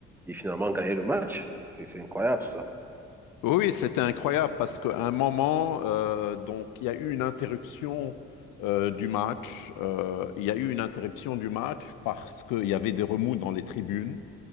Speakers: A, in the centre; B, on the left.
A: et finalement gagner le match. C'est c'est incroyable ça.
B: Oui, c'était incroyable parce qu'à un moment, euh, donc il y a eu une interruption euh, du match. Euh, il y a eu une interruption du match parce qu'il y avait des remous dans les tribunes.